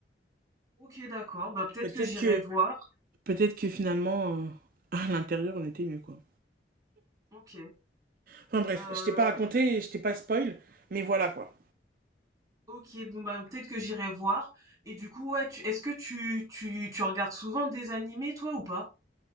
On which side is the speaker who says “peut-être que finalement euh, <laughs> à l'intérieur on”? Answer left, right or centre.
Right